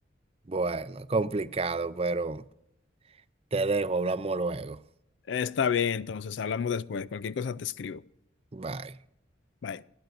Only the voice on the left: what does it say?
Está bien, entonces hablamos después. Cualquier cosa te escribo.
Bye.